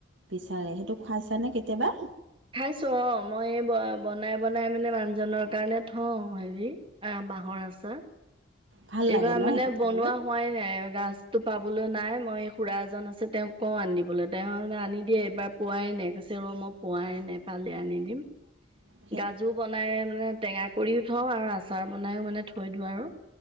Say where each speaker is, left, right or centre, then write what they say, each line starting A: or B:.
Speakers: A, on the right (about 75°); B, on the right (about 25°).
A: বিচাৰে সেইটো খুৱাইছানে কেতিয়াবা
B: খাইছো অ মই এই ব বনাই বনাই মানে মানুহজনৰ কাৰণে থওঁ হেৰি আহ বাঁহৰ আচাৰ
A: ভাল লাগে
B: এইবাৰ
A: ন
B: মানে
A: সেইটো খাবলৈ
B: বনোৱা খোৱাই নাই গছতটো পাবলৈ নাই মই খুৰা এজন আছে তেওঁক কওঁ আন দিবলৈ তেওঁ হলে আনি দিয়ে এইবাৰ পোৱাই নাই কৈছে অ মই পোৱাই নাই পালে আনি দিম
A: <inaudible>
B: গাজো বনাই মানে টেঙা কৰিও থওঁ আৰু আচাৰ বনাইও মানে থৈ দিওঁ আৰু